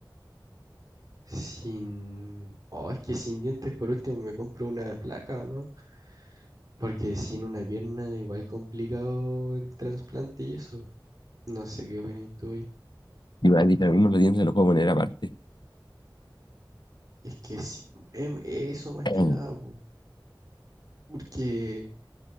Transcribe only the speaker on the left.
Y me han dicho lo mismo, los dientes los puedo poner aparte.
<clears throat>